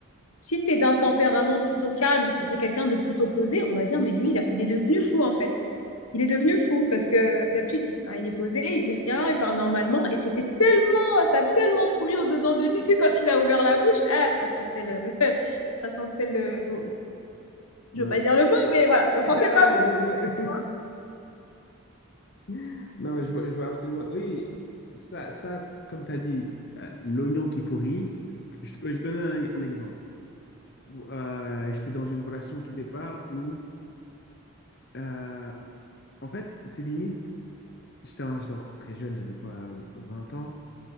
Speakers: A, on the left; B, on the left.
A: si tu es d'un tempérament plutôt calme et tu es quelqu'un de plutôt posé, on va dire, mais lui, il, a- il est devenu fou en fait. Il est devenu fou parce que d'habitude, il, hein, il est posé, il dit rien, il parle normalement. Et c'était tellement, ça a tellement pourri au-dedans de lui que quand il a ouvert la bouche, ah, ça sentait le, <laughs> ça sentait le, le- je
B: Ouais.
A: veux pas dire le mot, mais voilà, ça
B: <laughs>
A: sentait
B: Ouais,
A: pas bon.
B: je-
A: tu
B: je- <laughs> Non, mais je vois, je vois absolument. Oui, ça, ça comme tu as dit, euh, l'oignon qui pourrit, je, te- je te donne un un exemple. où, euh, j'étais dans une relation au tout départ où, euh, en fait, c'est limite, j'étais en- j'étais encore très jeune, j'avais quoi, 20 ans.